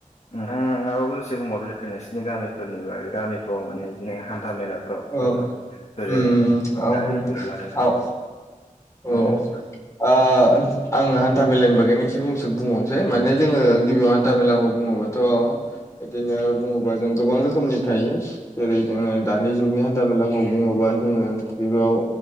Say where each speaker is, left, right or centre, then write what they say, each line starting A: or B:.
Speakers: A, on the left; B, on the left.
A: नोंथां नोंहाबो दसे बुंबावो नोंसिरनि गामिफोरनि बागै गामिफ्राव माने जदिनि हान्था मेलाफ्राव
B: औ
A: सोरबाफोर
B: उम आ
A: गारिफोर लादों नामा?
B: औ
A: उम
B: ओ आं हान्था मेलानि बागैनोससेस बुंबावनोसै माने जोङो गिबियाव हान्था मेलाखौ बुङो बाथ इदिनो बुङोबा जों गोबां रोखोमनि थायो जेरै जोंङो दानि जुगनि हान्था मेलाखौ बुङोबा जोङो गिबियाव